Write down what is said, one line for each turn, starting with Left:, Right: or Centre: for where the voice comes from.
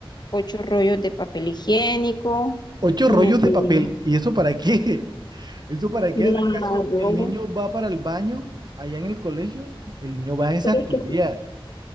Left: ocho rollos de papel higiénico,
Right: Ocho
Left: me
Right: rollos
Left: pidieron,
Right: de papel. ¿Y eso para qué? ¿Eso para
Left: claro,
Right: qué? ¿Acaso el niño va para el baño allá en el colegio? El niño va es
Left: pero
Right: a estudiar.
Left: es que sí.